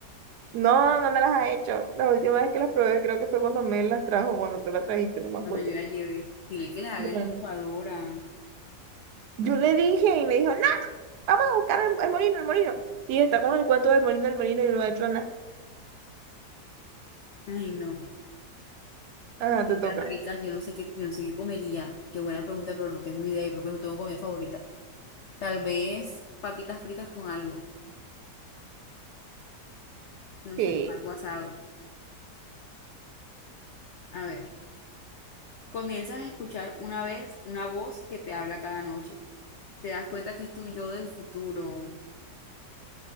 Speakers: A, on the right; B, on the left.
A: No, no me las ha hecho. La última vez que las probé creo que fue cuando Mel las trajo, cuando tú las trajiste, no me acuerdo.
B: cuando yo la llevé. Dile que la haga
A: Bueno,
B: en la licuadora.
A: yo le dije y me dijo, no. Vamos a buscar el, el molino, el molino. Y está con el cuento del molino, el molino y lo ha hecho nada.
B: Ay, no.
A: Ah,
B: Bien
A: te toca.
B: tan ricas, yo no sé qué, yo no sé qué comería. Qué buena pregunta, pero no tengo idea. y Creo que no tengo comida favorita. Tal vez papitas fritas con algo, no
A: Que
B: sé, algo asado. A ver, comienzas a escuchar una vez una voz que te habla cada noche. Te das cuenta que es tu yo del futuro,